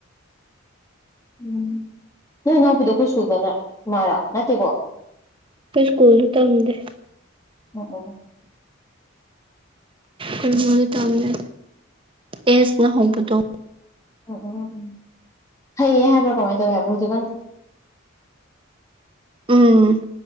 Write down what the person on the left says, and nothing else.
ꯎꯝ ꯅꯣꯏ ꯏꯅꯥꯎꯄꯤꯗ ꯑꯩꯈꯣꯏ ꯁ꯭ꯀꯨꯜꯗꯅ ꯏꯃꯥꯔꯥ ꯅꯠꯇꯦꯀꯣ
ꯑꯣ <unintelligible>
ꯎꯝ ꯎꯝ ꯎꯝ ꯎꯝ ꯐꯩꯌꯦ ꯍꯥꯏꯕ꯭ꯔꯣ ꯀꯃꯥꯏꯅ ꯇꯧꯋꯤ ꯍꯥꯏꯕ꯭ꯔꯣ ꯍꯧꯖꯤꯛꯀꯥꯟ <unintelligible>